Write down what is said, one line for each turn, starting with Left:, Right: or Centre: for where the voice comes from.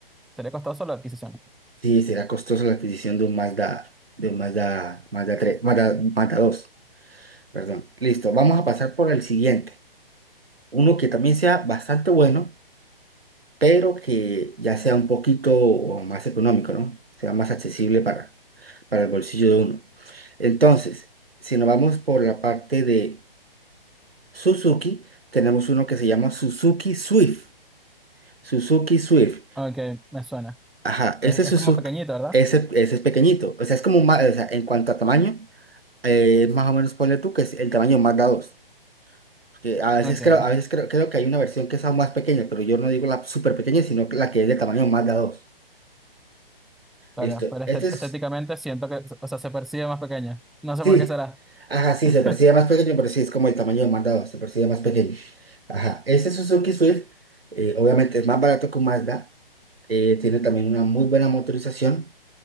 Centre: Sería costoso la adquisición.
Right: Sí, será costoso la adquisición de un Mazda, de un Mazda, Mazda 3, Mazda, Mazda dos perdón. Listo, vamos a pasar por el siguiente. Uno que también sea bastante bueno pero que ya sea un poquito o más económico, ¿no? Sea más accesible para, para el bolsillo de uno. Entonces, si nos vamos por la parte de Suzuki, tenemos uno que se llama Suzuki Swift. Suzuki Swift.
Centre: Ok, me suena.
Right: Ajá,
Centre: Que
Right: ese
Centre: es,
Right: Suzuki,
Centre: es como pequeñito, ¿verdad?
Right: ese, ese es pequeñito. O sea, es como más, o sea, en cuanto a tamaño, eh, más o menos ponle tú que es el tamaño Mazda dos. Que a veces
Centre: Ok,
Right: creo, a veces creo, creo que hay una versión que es aún más pequeña, pero yo no digo la súper pequeña, sino que la que es de tamaño Mazda dos.
Centre: claro,
Right: Listo.
Centre: pero este-
Right: Este es
Centre: estéticamente siento que, o sea, se percibe más pequeña. No sé
Right: Sí,
Centre: por qué será.
Right: ajá, sí,
Centre: <laughs>
Right: se percibe más pequeño, pero sí, es como el tamaño demandado, se percibe más pequeño. Ajá, este Suzuki Swift, eh, obviamente es más barato que un Mazda, eh, tiene también una muy buena motorización.